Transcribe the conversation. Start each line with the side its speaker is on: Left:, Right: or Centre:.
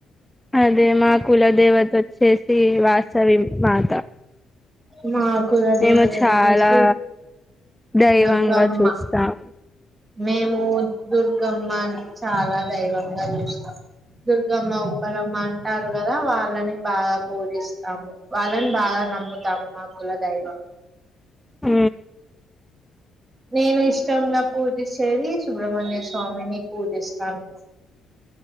Centre: అదే మా కుల దేవత వచ్చేసి వాసవి మాత
Right: మా కుల దేవత
Centre: మేము చాలా
Right: వచ్చేసి
Centre: దైవంగా
Right: దుర్గమ్మ
Centre: చూస్తాం
Right: మేము దుర్గమ్మ ని చాలా దైవంగా చూస్తాం దుర్గమ్మ ఉప్పలమ్మ అంటారు గదా వాళ్ళని బాగా పూజిస్తాము వాళ్ళని బాగా నమ్ముత తా మా కులదైవం
Centre: ఊ
Right: నేను ఇష్టంగా పూజిచేది సుబ్రహ్మణ్య స్వామిని పూజిస్తాను